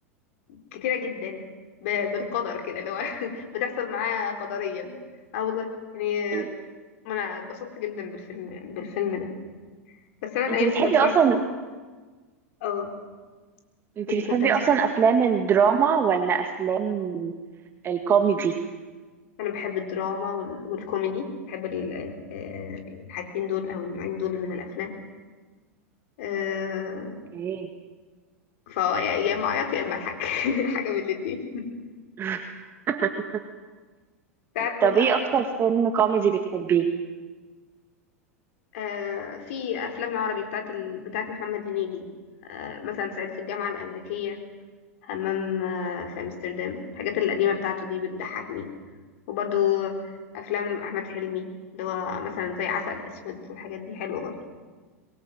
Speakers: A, on the left (about 60°); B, on the right (about 30°).
A: كتيرة جدا ب- بالقدر كده اللي هو <laughs> بتحصل معاه قدريا اه والله يعني
B: <laughs>
A: آه، أنا اتبسطت جدا بالفيلم بالفيلم ده بس أنا الأيام
B: انت بتحبي
A: دي بتفرج
B: اصلا
A: اه
B: انت
A: ودي
B: بتحبي
A: كنت هتسألي
B: اصلا افلام الدراما ولا افلام الكوميدي
A: أنا بحب الدراما وال- والكوميدي بحب ال- آه، الحاجتين دول أو النوعين دول من الأفلام آه،
B: اوكي
A: فهو يا يا اما اعيط يا اما اضحك <laughs> حاجه من الاتنين
B: <laughs>
A: ساعات ببقى
B: طب ايه اكتر فيلم كوميدي بتحبيه
A: آه في افلام عربي بتاعت ال... بتاعت محمد هنيدي آه مثلا صعيدي في الجامعه الامريكيه همام آه في امستردام الحاجات القديمه بتاعته دي بتضحكني وبرضو افلام احمد حلمي اللي هو مثلا زي عسل اسود والحاجات دي حلوه برضو